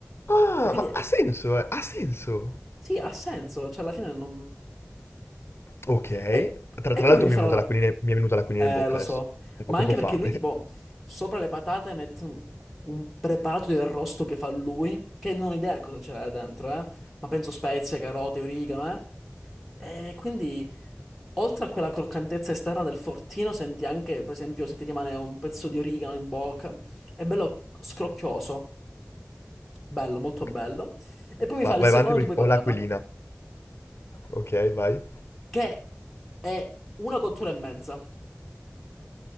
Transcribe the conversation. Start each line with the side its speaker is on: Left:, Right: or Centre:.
Left: Ah,
Centre: E quindi,
Left: ma
Centre: eh,
Left: ha senso, eh, ha senso.
Centre: sì, ha senso, cioè alla fine non...
Left: Ok.
Centre: E,
Left: Tra,
Centre: e
Left: tra
Centre: poi
Left: l'altro
Centre: mi
Left: mi
Centre: farà...
Left: è venuta l'aquilina,
Centre: la-
Left: mi è venuta l'aquilina
Centre: Eh,
Left: in bocca
Centre: lo so,
Left: adesso. Ho
Centre: ma
Left: proprio
Centre: anche perché
Left: fame.
Centre: lui tipo
Left: <laughs>
Centre: sopra le patate mette un, un preparato di arrosto che fa lui, che non ho idea cosa c'è dentro, eh, ma penso spezie, carote, origano, eh. E quindi oltre a quella croccantezza esterna del fortino senti anche, per esempio, se ti rimane un pezzo di origano in bocca, è bello scrocchioso, bello, molto
Left: Ok.
Centre: bello. E poi mi
Left: Va-
Centre: fa il
Left: vai
Centre: secondo
Left: avanti perché
Centre: tipo di
Left: ho
Centre: patata,
Left: l'aquilina. Ok, vai.
Centre: che è una cottura e mezza.